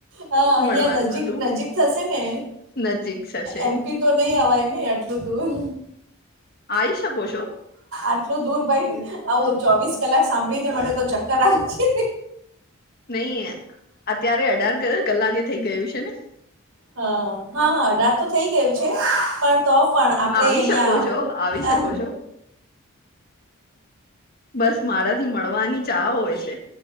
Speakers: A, on the right; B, on the left.
A: હ અહિયાં
B: મળવાનું
A: નજીક
B: હતું
A: નજીક થશે ને
B: નજીક થશે
A: એમપી તો નહી અવાય ને એટલું <inaudible>
B: આઈ શકોછો
A: આટલું દૂર ભઈ આવું ચોવીસ કલાક સાંભળી ને મને તો ચક્કર આવે
B: નઈ અત્યારે અઢાર કકલાકે થઈ ગયું છે ને
A: હ હા હા અઢાર થઈ ગયું છે પણ તો પણ આપડે
B: આવી
A: અહિયાં
B: શકો છો આવી શકો
A: <inaudible>
B: છો બસ મારા થી મળવાની ચા હોય છે